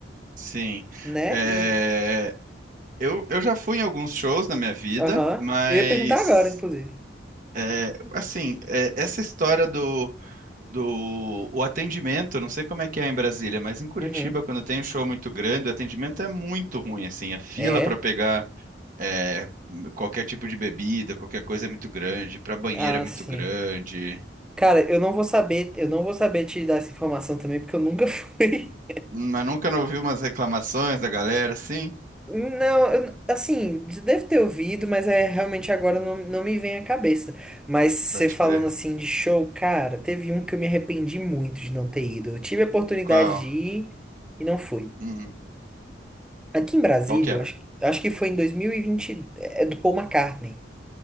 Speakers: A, on the right; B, in the centre.
A: Sim.
B: né?
A: É,
B: E,
A: Eu, eu já fui em alguns shows na minha vida,
B: Aham.
A: mas
B: Eu ia perguntar agora, inclusive.
A: é, assim, é, essa história do, do o atendimento, eu não sei como é que é em Brasília, mas em Curitiba,
B: Uhum.
A: quando tem um show muito grande, o atendimento é muito ruim, assim, a fila
B: É.
A: para pegar é, qualquer tipo de bebida, qualquer coisa é muito grande, para banheiro
B: Ah,
A: é muito
B: sim.
A: grande.
B: Cara, eu não vou saber, eu não vou saber te dar essa informação também, porque eu nunca <laughs> fui.
A: Mas nunca não ouvi umas reclamações da galera, assim?
B: Não, eu- assim, deve ter ouvido, mas é realmente agora não, não me vem à cabeça. Mas você
A: Pode
B: falando
A: crer.
B: assim de show, cara, teve um que eu me arrependi muito de não ter ido. Eu tive a oportunidade
A: Qual?
B: de ir e não fui.
A: Hum,
B: Aqui em Brasília,
A: qual que era?
B: acho, que- acho que foi em 2020, é do Paul McCartney.